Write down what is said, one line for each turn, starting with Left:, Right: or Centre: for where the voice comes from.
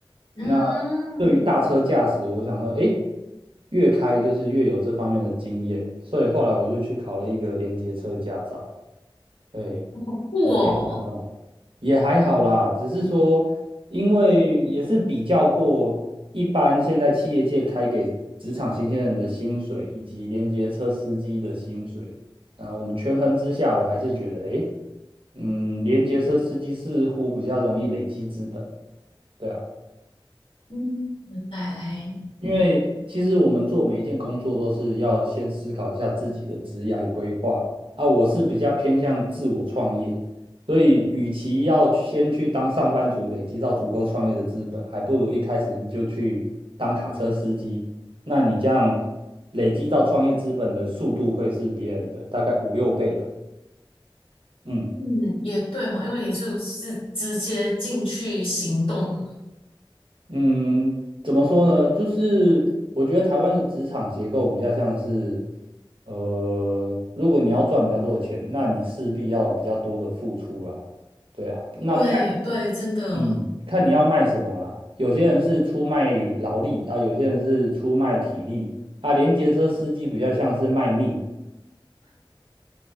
Left: 嗯，
Right: 那对于大车驾驶，我想说，诶，越开就是越有这方面的经验，所以后来我就去考了一个连接车驾照。对，
Left: 酷哦，
Right: 驾照。也还好啦，只是说，因为也是比较过一般现在企业界开给职场新鲜人的薪水，以及连接车司机的薪水，啊、我们权衡之下，我还是觉得，诶，嗯，连接车司机似乎比较容易累积资本，对啊。
Left: 嗯，原来，
Right: 因为其实我们做每一件工作都是要先思考一下自己的职业规划啊。我是比较偏向自我创业，所以与其要先去当上班族，累积到足够创业的资本，还不如一开始你就去当卡车司机。那你这样累积到创业资本的速度会是别人的大概五六倍吧。嗯。
Left: 嗯，也对哈，因为你就是直接进去行动了。
Right: 嗯，怎么说呢？就是我觉得台湾的职场结构比较像是，呃，如果你要赚比较多的钱，那你势必要有比较多的付出啦。对啊，那看，
Left: 对对，真的，
Right: 嗯，看你要卖什么啦。有些人是出卖劳力啊，有些人是出卖体力啊。连结车司机比较像是卖命，